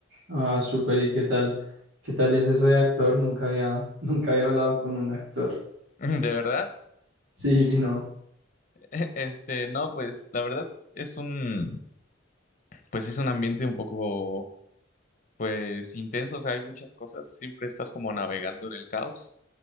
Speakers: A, on the right; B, on the left.
A: Ah, súper, ¿y qué tal? ¿Qué tal es eso de actor? Nunca había, <laughs> nunca había hablado con un actor.
B: <laughs> ¿De verdad?
A: Sí, no.
B: <laughs> Este, no, pues la verdad es un, pues es un ambiente un poco, pues intenso, o sea, hay muchas cosas, siempre estás como navegando en el caos.